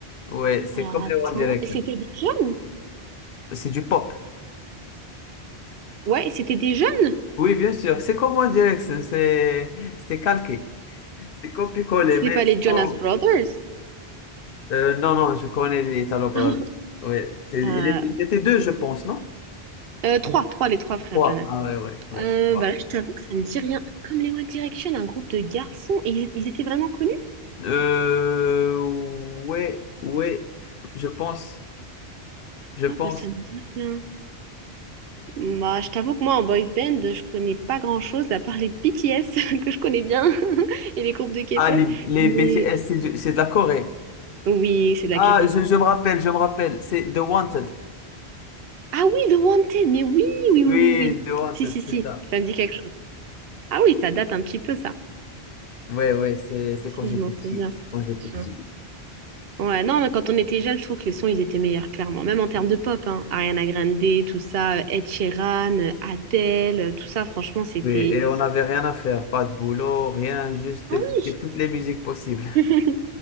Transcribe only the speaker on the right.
Alors
attends.
Et c'était des jeunes?
Ouais, et c'était des jeunes.
C'était
pas les Jonas
Brothers.
<laughs>
Euh,
euh, trois, trois, les trois frères
Jonas.
Euh,
bah là, je t'avoue que ça me dit rien. Comme les One Direction, un groupe de garçons. Et ils, ils étaient vraiment connus?
Ah bah ça me dit rien. Bah je t'avoue que moi en boys band, je connais pas grand-chose à part les BTS <laughs> que je connais bien <laughs> et les groupes de K-pop.
Mais
oui, c'est de
la K-pop.
Ah oui, The Wanted, mais oui, oui, oui,
oui, oui.
Si, si, si,
ça me dit quelque chose. Ah oui, ça date un petit peu, ça.
Si, si,
je m'en
souviens.
Je
m'en- Ouais, non, mais quand on était jeunes, je trouve que les sons, ils étaient meilleurs, clairement. Même en termes
de pop, hein. Ariana Grande, tout ça, euh, Ed Sheeran, euh, Adele, euh, tout ça, franchement, c'était...
Ah
oui!
<laughs>